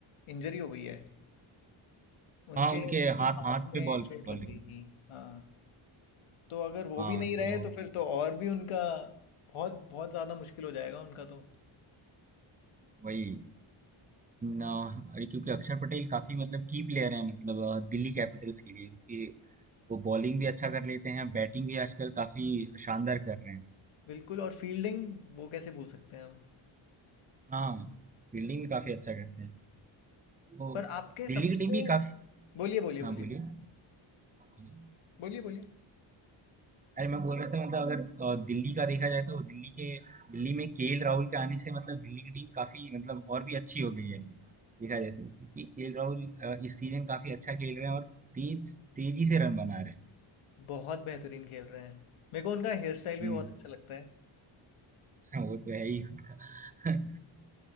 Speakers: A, on the left; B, on the right.
A: इंजरी हो गई है उनके
B: हाँ उनके
A: उनके
B: हाथ
A: हाथ
B: हाथ पे
A: में
B: बॉल
A: चोट
B: बॉलिंग
A: लग गई थी हाँ तो अगर वो
B: हाँ
A: भी नहीं रहे
B: तो
A: तो फिर तो और भी उनका बहुत बहुत ज़्यादा मुश्किल हो जाएगा उनका तो
B: वही ना अरे क्योंकि अक्षर पटेल काफी मतलब की प्लेयर हैं मतलब अ, दिल्ली कैपिटल्स के लिए क्योंकि वो बॉलिंग भी अच्छा कर लेते हैं बैटिंग भी आजकल काफी शानदार कर रहे हैं
A: बिल्कुल और फील्डिंग वो कैसे भूल सकते हैं हम
B: हाँ फील्डिंग भी काफी अच्छा करते हैं तो
A: पर आपके सबसे
B: दिल्ली की टीम भी काफी
A: बोलिए, बोलिए,
B: हाँ
A: बोलिए।
B: बोलिए हाँ, बोलिए।
A: बोलिए, बोलिए।
B: अरे मैं बोल रहा था मतलब अगर अ, दिल्ली का देखा जाए तो दिल्ली के दिल्ली में केएल राहुल के आने से मतलब दिल्ली की टीम काफी मतलब और भी अच्छी हो गई है देखा जाए तो क्योंकि केएल राहुल अ, इस सीजन काफी अच्छा खेल रहे हैं और तेज तेजी से रन बना रहे हैं
A: बहुत बेहतरीन खेल रहे हैं। मेरे को उनका हेयर स्टाइल
B: हम्म।
A: भी बहुत अच्छा लगता है
B: <laughs> हाँ, वो तो है ही <laughs>